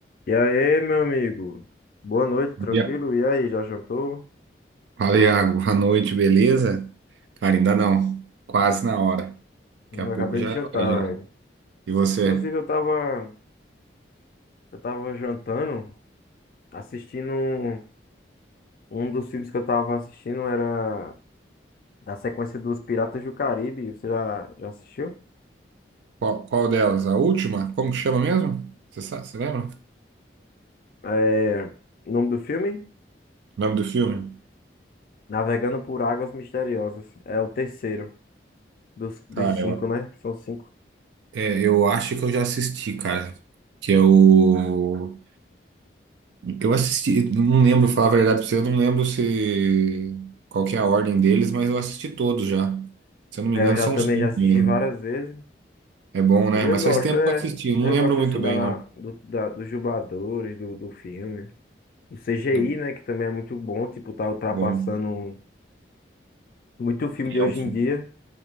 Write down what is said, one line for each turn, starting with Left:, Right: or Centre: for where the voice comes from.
Left: E aí, meu amigo? Boa noite, tranquilo?
Right: Ya-
Left: E aí, já jantou?
Right: Fala, Iago. Boa noite, beleza? Cara, ainda não. Quase na hora. Daqui
Left: Não
Right: a pouco
Left: acabei
Right: já
Left: de jantar,
Right: é hora já.
Left: velho.
Right: E você?
Left: Inclusive, eu tava, eu tava jantando, assistindo. Um um dos filmes que eu tava assistindo era da sequência dos Piratas do Caribe. Você já, já assistiu?
Right: Qual, qual delas? A última? Como que chama mesmo? Você sabe, você lembra?
Left: É, o nome do filme?
Right: O nome do filme?
Left: Navegando por Águas Misteriosas. É o terceiro dos, dos
Right: Cara,
Left: cinco,
Right: eu,
Left: né? São cinco.
Right: é, eu acho que eu já assisti, cara. Que é o. Eu assisti, não lembro, falar a verdade pra você, eu não lembro se. Qual que é a ordem deles, mas eu assisti todos já. Se eu não me
Left: É,
Right: engano,
Left: eu já
Right: são
Left: também
Right: cinco.
Left: já assisti
Right: né?
Left: várias vezes.
Right: É bom, né?
Left: E eu
Right: Mas
Left: gosto,
Right: faz tempo
Left: é.
Right: que eu assisti, eu não
Left: Eu
Right: lembro
Left: gosto
Right: muito
Left: assim da,
Right: bem,
Left: na-
Right: não.
Left: do- da- dos dubladores do, do filme. Do CGI,
Right: Do...
Left: né? Que também é muito bom. Tipo, tá ultrapassando
Right: Bom.
Left: muito filme
Right: E
Left: de hoje
Right: é um filme.
Left: em dia.